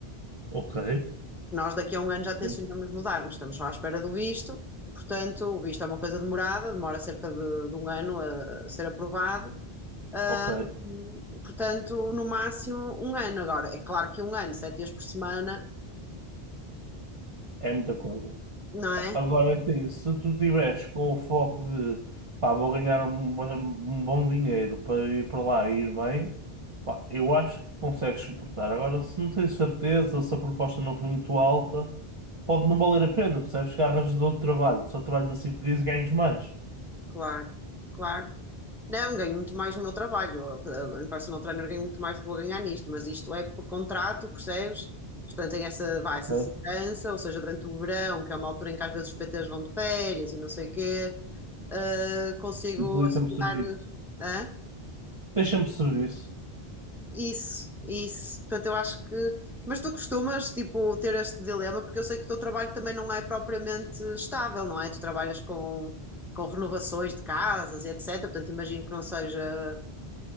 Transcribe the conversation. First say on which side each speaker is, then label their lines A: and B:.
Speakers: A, on the right; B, in the centre.
A: Ok.
B: Nós daqui a um ano já tencionamos
A: Bem,
B: mudar, Nós estamos só à espera do visto, portanto, o visto é uma coisa demorada, demora cerca de, de um ano a ser aprovado. Ahm,
A: Ok.
B: portanto, no máximo um ano agora. É claro que um ano, sete dias por semana,
A: É muita coisa.
B: não é?
A: Agora sim, se tu tiveres com o foco de pá, vou ganhar um, um um bom dinheiro para ir para lá e ir bem, pá, eu acho que consegues suportar. Agora, se não tens certeza, ou se a proposta não foi muito alta, pode não valer a pena, percebes? Que arranjas outro trabalho, só trabalhas assim que dias e ganhas mais.
B: Claro, claro. Não, ganho muito mais no meu trabalho. Eh, Em personal trainer ganho muito mais do que vou ganhar nisto, mas isto é por contrato, percebes? Portanto, tem essa, vá,
A: Ok?
B: essa segurança, ou seja, durante o verão, que é uma altura em que às vezes os PTs vão de férias e não sei o quê, eh, consigo
A: E dali
B: assegurar.
A: sempre serviço.
B: Hã?
A: Tens sempre serviço.
B: Isso, isso. Portanto, eu acho que. Mas tu costumas, tipo, ter este dilema, porque eu sei que o teu trabalho também não é propriamente estável, não é? Tu trabalhas com, com renovações de casas e etc. Portanto, imagino que não seja